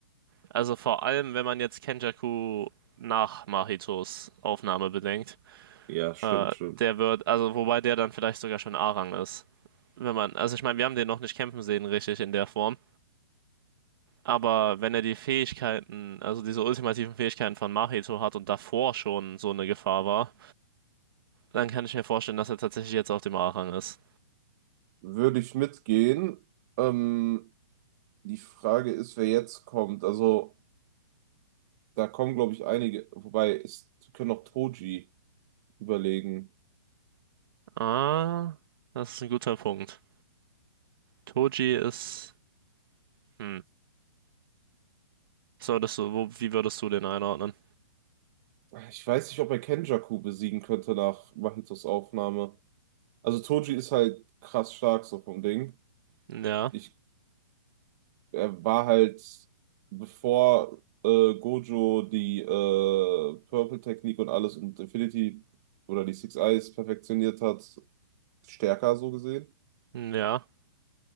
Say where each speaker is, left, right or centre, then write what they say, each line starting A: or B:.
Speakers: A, on the right (about 55°); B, on the right (about 40°).
A: Also vor allem, wenn man jetzt Kenjaku nach Mahitos Aufnahme bedenkt,
B: ja, stimmt,
A: äh,
B: stimmt.
A: der wird, also wobei der dann vielleicht sogar schon A-Rang ist. wenn man, also ich meine, wir haben den noch nicht kämpfen sehen, richtig in der Form. Aber wenn er die Fähigkeiten, also diese ultimativen Fähigkeiten von Mahito hat und davor schon so eine Gefahr war, dann kann ich mir vorstellen, dass er tatsächlich jetzt auf dem A-Rang ist.
B: Würde ich mitgehen. Ähm, die Frage ist, wer jetzt kommt. Also da kommen, glaube ich, einige. Wobei, es können auch Toji überlegen.
A: Ah, das ist ein guter Punkt. Toji ist, hm, solltest du, wo, wie würdest du den einordnen?
B: Ich weiß nicht, ob er Kenjaku besiegen könnte nach Mahitos Aufnahme. Also Toji ist halt krass stark so vom Ding.
A: Ja,
B: Ich, er war halt, bevor äh, Gojo die äh, Purple-Technik und alles und Infinity oder die Six Eyes perfektioniert hat, stärker so gesehen.
A: ja.